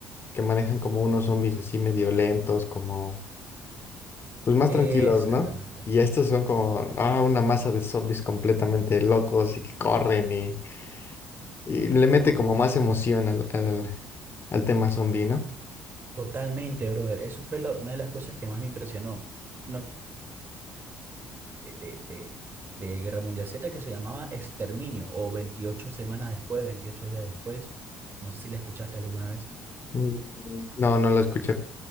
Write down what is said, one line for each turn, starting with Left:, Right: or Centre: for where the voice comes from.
Left: que manejan como unos zombies así medio lentos, como pues más
Right: exactamente.
Left: tranquilos, ¿no? Y estos son como ah, una masa de zombies completamente locos y que corren y, y le mete
Right: To-
Left: como más emoción al, al, al tema zombie, ¿no?
Right: totalmente, brother. Eso fue la- una de las cosas que más me impresionó. No, de, de, de Guerra Mundial Z que se llamaba Exterminio o 28 semanas después, 28 días después. No sé si la escuchaste alguna vez.
Left: Mm, No, no lo escuché.